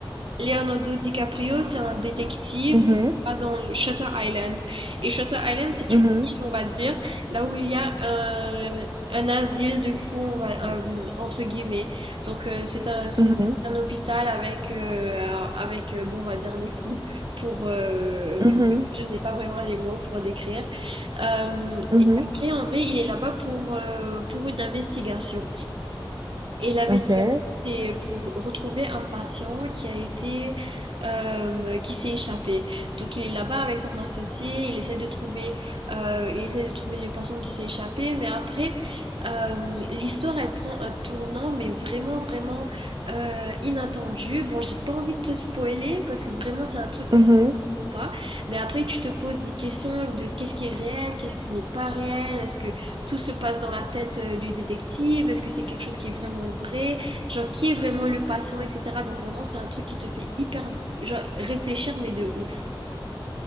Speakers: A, on the right; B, on the right.
A: Leonardo DiCaprio, c'est un détective
B: Mhm,
A: qui va dans Shutter Island. Et Shutter Island, c'est
B: mhm,
A: une île, on va dire, là où il y a euh, un asile de fous, on va- euh, entre guillemets. Donc euh, c'est un, c'est
B: mhm,
A: c'est un hôpital avec, euh, avec euh, bon, on va dire les fous, pour, euh,
B: mhm,
A: vu que je n'ai pas vraiment les mots pour décrire. Euh,
B: mhm.
A: et après, en vrai, il est là-bas pour, euh, pour une investigation. Et l'investigation,
B: Ok.
A: c'était pour retrouver un patient qui a été, euh, qui s'est échappé. Donc il est là-bas avec son associé, il essaie de trouver, euh, il essaie de trouver le patient qui s'est échappé, mais après, euh, l'histoire, elle prend un tournant, mais vraiment, vraiment euh, inattendu. Bon, j'ai pas envie de te spoiler parce que vraiment, c'est un truc
B: Mhm.
A: que tu comprends pas. Mais après, tu te poses des questions de qu'est-ce qui est réel, qu'est-ce qui n'est pas réel, est-ce que tout se passe dans la tête euh, du détective, est-ce que c'est quelque chose qui est vraiment vrai, genre qui est vraiment le patient, etc. Donc vraiment c'est un truc qui te fait hyper genre, réfléchir mais de ouf.